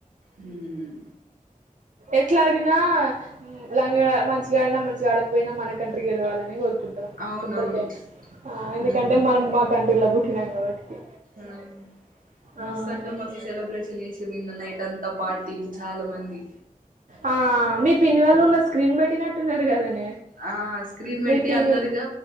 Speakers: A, on the right; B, on the right.
A: ఉమ్
B: ఎట్లా ఆడిం నా లంగడా మంచిగాడినా మంచిగ ఆడకపోయినా మనకంట్రి గెలవాలనే కోరు కోరుకుంటాం
A: అవునవును
B: ఎప్పటికైనా ఎందుకంటే
A: హ్మ్
B: మనం మా కంట్రీ లో పుట్టినాం కాబట్టి
A: అవును
B: ఆ
A: మస్ అంటే మస్ సెలబ్రేషన్ చేస్ నిన్న నైట్ అంతా పార్టీలు చాలా మంది
B: ఆ మీ పిన్నివాళ్లు ఊర్ల స్క్రీన్ పెట్టినట్టున్నారు కదనే
A: ఆ స్క్రీన్ పెట్టి
B: మీ పిన్ని
A: అందరిగా